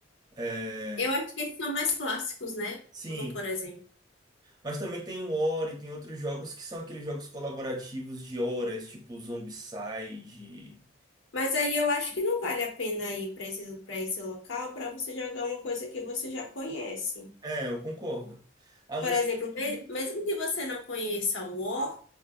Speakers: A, on the right; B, on the left.
A: É,
B: Eu acho que eles são mais clássicos, né?
A: Sim,
B: Uno, por exemplo.
A: Mas também tem o Ori, tem outros jogos que são aqueles jogos colaborativos de horas, tipo Zombicide.
B: Mas aí eu acho que não vale a pena ir para esse, para esse local para você jogar uma coisa que você já conhece.
A: É, eu concordo. A não
B: Por
A: ser
B: exemplo,
A: que.
B: me- mesmo que você não conheça o War,